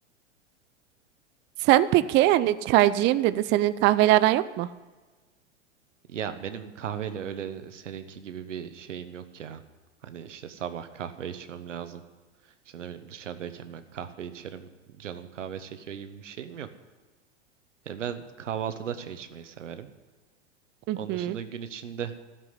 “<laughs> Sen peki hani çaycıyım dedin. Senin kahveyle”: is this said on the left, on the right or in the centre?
Right